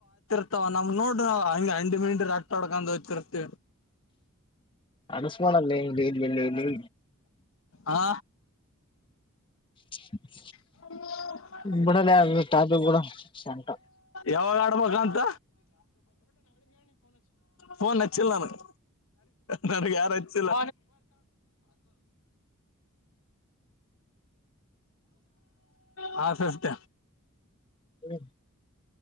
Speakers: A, on the left (about 65°); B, on the left (about 25°).
A: ಇ ನಮ್ ನೋಡ್ರಿ ಹಂಗಗೆ ಹಂಡಿ ಮಿಂಡಿ ರಟ್ಟ ಆಡ್ಕ ಹಚ್ಚಿರ್ತವಿ
B: ಅನುಸ್ಮಾನ ಅಲ್ಲೇ ಇಲ್ಲಿ ಇಳ್ಳ ಇಲ್ಲಿ
A: ಹಾ
B: <unintelligible>
A: ಹ್ಮ
B: ಕೂಡ ಟ್ಯಾಬ್ ಕೂಡ ಸೆಂಟ
A: ಯಾವಾಗ ಆಡ್ಬ ಅಂತ ಫೋನ್ ಹಚ್ಚಿಲ್ಲ ನಾನು ನ ಯಾರುಲ್ಲ ಹಾ ಸಸ್ತ
B: ಹ